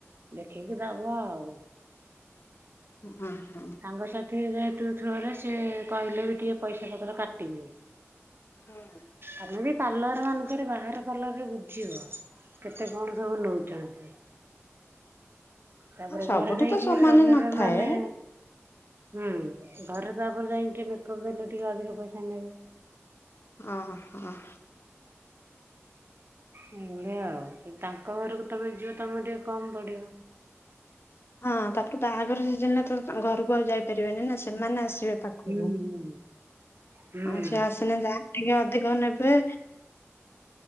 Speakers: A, on the right; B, on the left.
A: ଦେଖେଇକି ଦବ ଆଉ।
B: ହୁଁ ହୁଁ।
A: ସାଙ୍ଗ ସାଥୀ ଯେହେତୁ ଥ୍ରୋରେ ସିଏ କହିଲେ ବି ଟିକେ ପଇସା ପତର କାଟିବେ।
B: ହୁଁ।
A: ଆମେ ବି ପାର୍ଲର ମାନଙ୍କରେ ବାହାର ପାର୍ଲରରେ ବୁଝିବ କେତେ କଣ ସବୁ ନଉଛନ୍ତି। ତାପରେ
B: ହଁ ସବୁଠି
A: ଘରେ ଯାଇକି
B: ତ ସମାନ
A: ମେକ୍ଅପ୍ ଦେବେ
B: ନଥାଏ
A: ମାନେ ହୁଁ ଘରେ ତାପରେ ଯାଇକି ଟିକେ ମେକପ୍ ଦେଲେ ଟିକେ ଅଧିକ ପଇସା ନେବେ।
B: ଅ ହଁ।
A: ବଢ଼ିଆ ଆଉ ତାଙ୍କ ଘରକୁ ତମେ ଯିବ ତମକୁ ଟିକେ କମ ପଡିବ।
B: ହଁ ତାପରେ ବାହାଘର ସିଜନ ରେ ତ ଘରକୁ ଆଉ ଯାଇପାରିବାନି ନା। ସେ ସେମାନେ ଆସିବେ ପାଖକୁ
A: ହୁଁ ହୁଁ ହୁଁ।
B: ଆସେ ଆଶ୍ ସିନା ଯାହା ଟିକେ ଅଧିକ ନେବେ